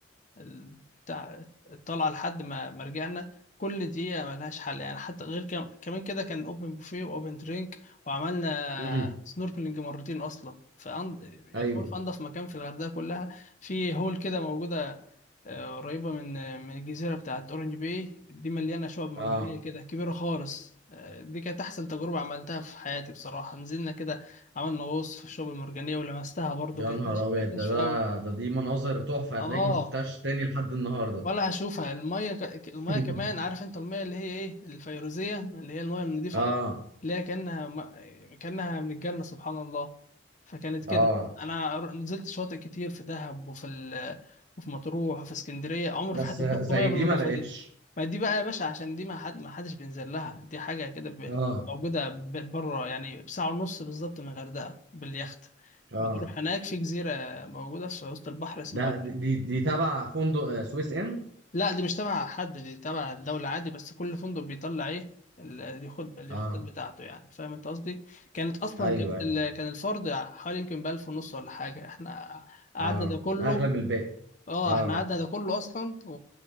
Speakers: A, on the left; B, on the right.
A: ال- بتاع الطلعه لحد ما ما رجعنا كل دقيقه ملهاش حل يعني حتى غير كم كمان كده كان اوبن بوفيه واوبن درينك وعملنا
B: امم
A: سنوركلينج مرتين اصلا في أن... يعتبر
B: ايوه
A: في انضف مكان في الغردقه كلها في هول كده موجوده آه، قريبة من من الجزيرة بتاعت أورنج باي دي مليانة شعب مرجانية
B: اه
A: كده كبيرة خالص آه، دي كانت أحسن تجربة عملتها في حياتي بصراحة نزلنا كده عملنا غوص في الشعب المرجانية ولمستها برضو
B: يا
A: كانت
B: نهار
A: ناشفة
B: ابيض
A: كانت ناشفة
B: ده ده
A: أوي
B: ده دي مناظر تحفه
A: آه
B: هتلاقيك ما شفتهاش تاني لحد النهارده
A: ولا هشوفها الميه ك... الميه
B: <laughs>
A: كمان عارف انت الميه اللي هي ايه الفيروزيه اللي هي الميه النظيفه
B: اه
A: اللي هي كانها ما... كانها من الجنه سبحان الله فكانت كده
B: اه
A: انا ر- نزلت شواطئ كتير في دهب وفي ال... وفي مطروح وفي اسكندريه عمري
B: بس
A: في حياتي ما شفت
B: زي
A: ميه بالنظافه
B: دي ما لقيتش
A: دي ما دي بقى يا باشا عشان دي ما حد ما حدش بينزل لها دي حاجه كده ب...
B: اه
A: موجوده ب... بره يعني بساعه ونص بالظبط من الغردقه باليخت
B: اه
A: بتروح هناك في جزيره موجوده في وسط البحر اسمها
B: ده دي دي دي تبع فندق آه، سويس ان
A: لا دي مش تبع حد دي تبع الدولة عادي بس كل فندق بيطلع ايه ال- اللي ياخد اليخوتات
B: اه
A: بتاعته يعني فاهم انت قصدي كانت اصلا
B: ايوه
A: كانت
B: ايوه
A: ال... كان الفرد حوالي يمكن بألف ونص ولا حاجة احنا قعدنا
B: اه
A: ده كله
B: اغلى من الباقي
A: اه
B: اه
A: احنا قعدنا ده كله اصلا و...